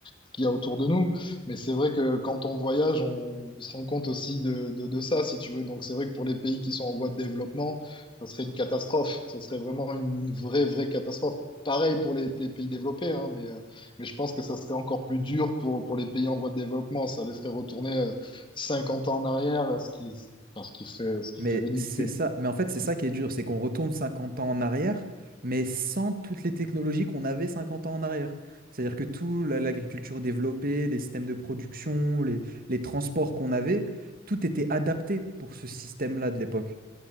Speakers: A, on the left; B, on the right.
A: ce qu'il y a autour de nous. Mais c'est vrai que quand on voyage, on se rend compte aussi de, de, de ça, si tu veux. Donc, c'est vrai que pour les pays qui sont en voie de développement, ça serait une catastrophe. Ça serait vraiment une vraie, vraie catastrophe. Pareil pour les, les pays développés, hein, mais, euh, mais je pense que ça serait encore plus dur pour, pour les pays en voie de développement. Ça les ferait retourner euh, 50 ans en arrière, ce qui, parce qu'il fait, ce qui
B: Mais
A: fait ridicule.
B: c'est ça. Mais en fait, c'est ça qui est dur, c'est qu'on retourne cinquante ans en arrière, mais sans toutes les technologies qu'on avait 50 ans en arrière. C'est-à-dire que tout la- l'agriculture développée, les systèmes de production, les, les transports qu'on avait, tout était adapté pour ce système-là de l'époque.